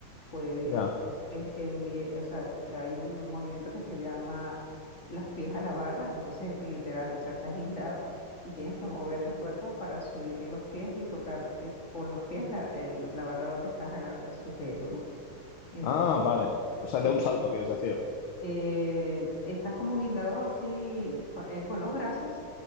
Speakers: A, on the left; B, on the left.
A: puedes
B: ya.
A: eh, enviar, o sea, s- hay un movimiento que se llama las pies a la barra, entonces literal, o sea, estás guindado y tienes que mover el cuerpo para subir los pies y tocar l- con los pies la, el- la barra donde estás agar- sujeto, ¿no? Entonces,
B: Ah, vale. O sea,
A: sí,
B: de un salto, quieres decir.
A: eh, estás como guindado así con, eh, con los brazos